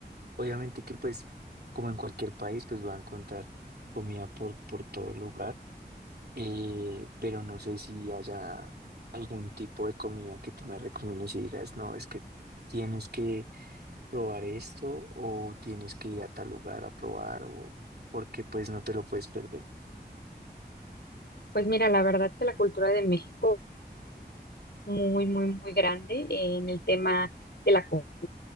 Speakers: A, on the right; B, on the left.
A: obviamente que pues, como en cualquier país, pues voy a encontrar comida por, por todo lugar, eh, pero no sé si haya algún tipo de comida que tú me recomiendes y digas, no, es que tienes que probar esto o tienes que ir a tal lugar a probar o porque pues no te lo puedes perder.
B: Pues mira, la verdad que la cultura de México muy, muy, muy grande en el tema de la comida.